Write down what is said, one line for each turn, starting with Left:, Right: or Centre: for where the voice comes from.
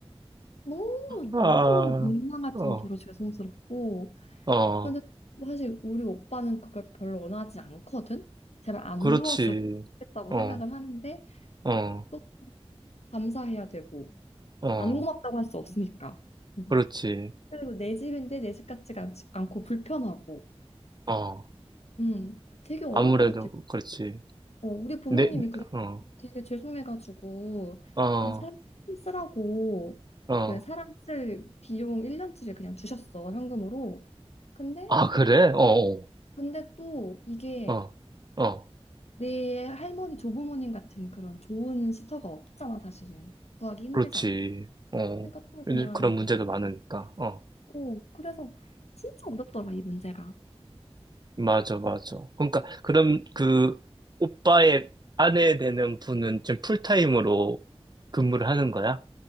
Left: 너무
Right: 아,
Left: 나도 민망할
Right: 어,
Left: 정도로 죄송스럽고
Right: 어,
Left: 근데 사실 우리 오빠는 그걸 별로 원하지 않거든. 제발 안
Right: 그렇지.
Left: 도와줬으면 좋겠다고
Right: 어,
Left: 생각을 하는데
Right: 어,
Left: 또 감사해야 되고
Right: 어,
Left: 안 고맙다고 할 수 없으니까. 음.
Right: 그렇지.
Left: 그리고 내 집인데 내 집 같지가 않, 않고 불편하고.
Right: 어,
Left: 음, 되게 어려운
Right: 아무래도
Left: 것 같아.
Right: 그렇지.
Left: 어, 우리 부모님이
Right: 네, 네,
Left: 그래서
Right: 어,
Left: 되게 죄송해가지고
Right: 어,
Left: 그냥 사람 쓰라고
Right: 어.
Left: 그 사람 쓸 비용 1년치를 그냥 주셨어 현금으로. 근데
Right: 아, 그래? 어,
Left: 근데 또 이게
Right: 어, 어, 어.
Left: 내 할머니 조부모님 같은 그런 좋은 시터가 없잖아 사실은 구하기 힘들잖아.
Right: 그렇지. 어.
Left: 그러니까 또
Right: 왜냐-
Left: 그냥
Right: 그런 문제도 많으니까. 어.
Left: 없고 그래서 진짜 어렵더라 이 문제가.
Right: 맞아, 맞아. 그러니까, 그럼 그 오빠의 아내 되는 분은 지금 풀타임으로 근무를 하는 거야?